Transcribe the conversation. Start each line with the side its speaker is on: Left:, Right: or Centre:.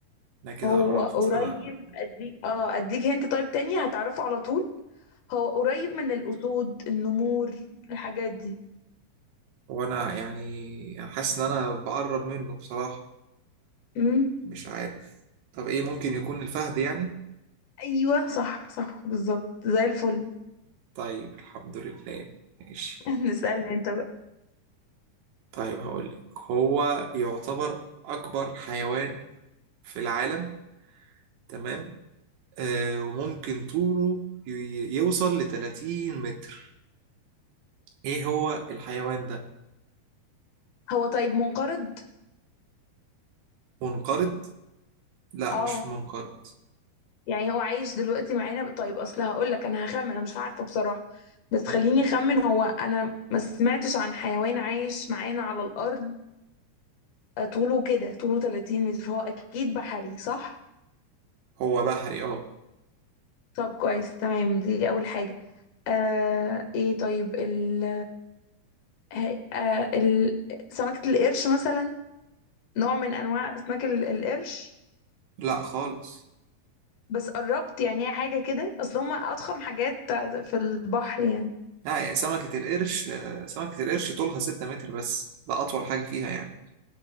Right: أنا كده
Left: هو
Right: قربت
Left: قريب
Right: أنا
Left: اديك اه اديك هنت طيب تاني هتعرفه على طول هو قريب من الأسود النمور الحاجات دي
Right: وأنا يعني حاسس إن أنا بقرب منه بصراحة
Left: امم
Right: مش عارف طب ايه ممكن يكون الفهد يعني
Left: أيوة صح صح بالظبط زي الفل
Right: طيب الحمد لله ماشي
Left: <laughs> نسألني أنت بقى
Right: طيب هقول لك هو يعتبر اكبر حيوان في العالم تمام آه وممكن طوله ي- يوصل ل 30 متر ايه هو الحيوان ده
Left: هو طيب منقرض
Right: منقرض لا
Left: اه
Right: مش منقرض
Left: يعني هو عايش دلوقتي معانا طيب أصل هقول لك أنا هخمن أنا مش عارفة بصراحة بس خليني أخمن هو أنا ما سمعتش عن حيوان عايش معانا على الأرض طوله كده طوله 30 متر فهو أكيد بحري صح؟
Right: هو بحري اه
Left: طب كويس تمام دي أول حاجة آه إيه طيب ال هي- آه، ال- سمكة القرش مثلا نوع من أنواع أسماك ال- القرش
Right: لا خالص
Left: بس قربت يعني هي حاجة كده أصل هما أضخم حاجات في البحر يعني
Right: لا يعني سمكة القرش آه، سمكة القرش طولها 6 متر بس ده أطول حاجة فيها يعني